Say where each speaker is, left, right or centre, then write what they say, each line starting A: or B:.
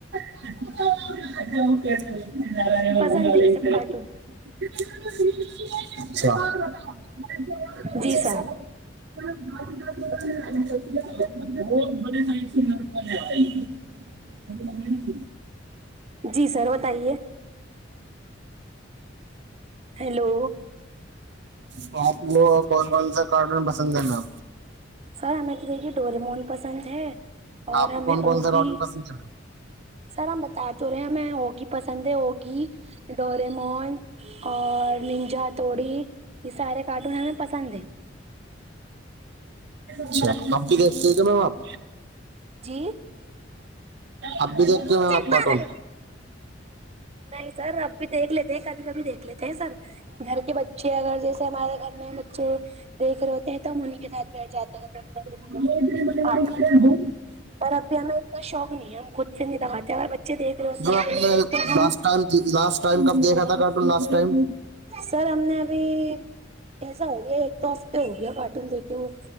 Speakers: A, on the right; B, on the right.
A: <unintelligible>
B: پسند ہے یہ سب کارٹون
A: السلام <inaudible>
B: جی سر
A: <unintelligible> <inaudible>
B: جی سر بتائیے ہیلو
A: تو آپ نے کون کون سا کارٹون پسند کرنا
B: سر ہمیں تو دیکھیے ڈوریمون پسند ہے اور
A: آپ
B: ہمیں
A: کو کون کون
B: اوگی
A: سا کارٹون پسند
B: سر ہم بتا تو رہے ہیں ہمیں اوگی پسند ہے اوگی ڈورمون اور ننجا ہتھوڑی یہ سارے کارٹون ہمیں پسند ہیں
A: اچھا اوگی دیکھ رہے ہو اپ
B: جی
A: اب بھی دیکھتے ہیں آپ
B: چل پاگل،
A: کاٹون
B: نہیں سر اب بھی دیکھ لیتے ہیں کبھی کبھی دیکھ لیتے ہیں سر گھر کے بچے اگر جیسے ہمارے گھر میں بچے دیکھ رہے ہوتے ہیں تو ہم انہیں کے ساتھ بیٹھ جاتے ہیں دیکھنے کے لیے
A: <inaudible> اچھاجو
B: کارٹون پر ابھی ہمیں اتنا شوق نہیں ہے ہم خود سے نہیں لگاتے اگر بچے دیکھ رہے ہوتے
A: آپ
B: ہیں
A: نے
B: تو ہم
A: لاسٹ لاسٹ ٹائم کب دیکھا تھا کاٹون لاسٹ ٹائم
B: سر ہم نے ابھی ایسا ہوگیا ایک دو ہفتے تو ہو گیا کارٹون دیکھے ہوئے